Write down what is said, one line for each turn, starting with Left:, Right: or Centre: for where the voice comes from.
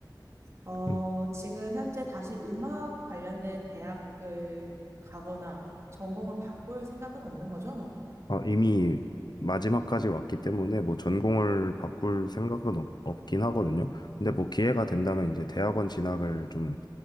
Right: 어,
Left: 음.
Right: 지금 현재 다시 음악 관련된 대학을 가거나 전공을 바꿀 생각은 없는 거죠?
Left: 아, 이미 마지막까지 왔기 때문에 뭐 전공을 바꿀 생각은 없, 없긴 하거든요. 근데 뭐 기회가 된다면 이제 대학원 진학을 좀